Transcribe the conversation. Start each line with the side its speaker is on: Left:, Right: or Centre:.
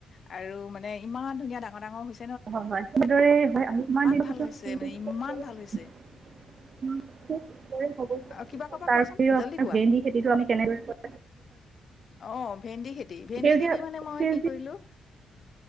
Left: আ আৰু মানে ইমান ধুনীয়া ডাঙৰ-ডাঙৰ হৈছ
Right: হয়-হয় সদৰে হয় আৰু কিমান দিন
Left: ভাল
Right: পিছত
Left: হৈছে
Right: <unintelligible>
Left: মানে ইমান ভাল হৈছে আৰু কিবা কবা
Right: তাৰ
Left: কোৱাচোন
Right: উপৰিও
Left: জল্দি
Right: আপোনাৰ
Left: কোৱা
Right: ভেন্দি খেতিটো আমি কেনেদৰে কৰি
Left: অ', ভেন্দি খেতি, ভেন্দি
Right: সেউজীয়া
Left: খেতি মানে মই
Right: সেউজীয়া
Left: কি কৰিলোঁ